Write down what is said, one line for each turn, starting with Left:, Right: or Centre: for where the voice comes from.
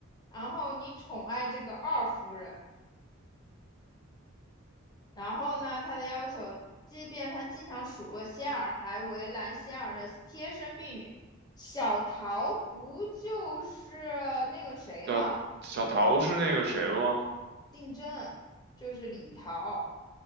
Left: 然后你宠爱这个二夫人，然后呢，他的要求，即便他经常数落仙儿，还为难仙儿的贴身婢女小桃，不就是那个谁吗？
Right: 叫小桃是那个谁吗？
Left: 竞争就是李桃，